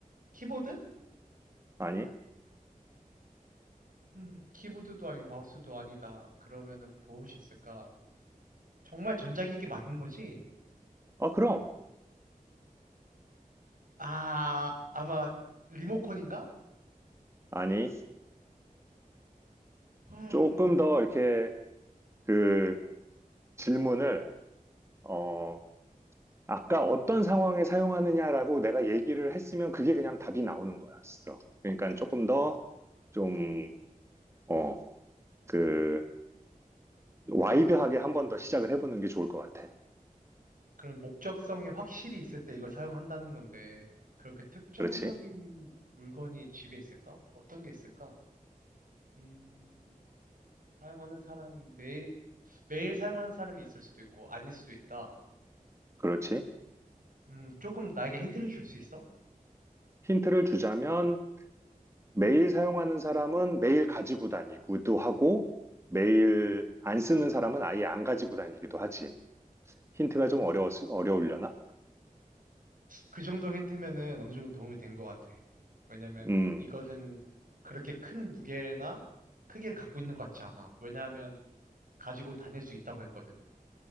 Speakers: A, on the right; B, on the right.
A: 키보드?
B: 아니
A: 음, 키보드도 아니고 마우스도 아니다. 그러면은 무엇이 있을까? 정말 전자기기 맞는 거지?
B: 어 그럼
A: 아, 아마 리모컨인가?
B: 아니
A: 음,
B: 조금 더 이렇게 그 질문을 어 아까 어떤 상황에 사용하느냐라고 내가 얘기를 했으면 그게 그냥 답이 나오는 거였어. 그러니까 조금 더 좀, 어, 그, 와이드하게 한번 더 시작을 해보는 게 좋을 것 같아.
A: 그럼 목적성이 확실히 있을 때 이걸 사용한다는 건데, 그렇게 특정적인
B: 그렇지?
A: 물건이 집에 있을까? 어떤 게 있을까? 음, 사용하는 사람이 매일, 매일 사용하는 사람이 있을 수도 있고, 아닐 수도 있다.
B: 그렇지?
A: 음, 조금 나에게 힌트를 줄 수 있어?
B: 힌트를 주자면 매일 사용하는 사람은 매일 가지고 다니기도 하고 매일 안 쓰는 사람은 아예 안 가지고 다니기도 하지. 힌트가 좀 어려웠, 어려우려나?
A: 그 정도 힌트면은 어느 정도 도움이 된 것 같아. 왜냐면
B: 음,
A: 이것은 그렇게 큰 무게나 크기를 갖고 있는 것 같지 않아. 왜냐하면 가지고 다닐 수 있다고 했거든.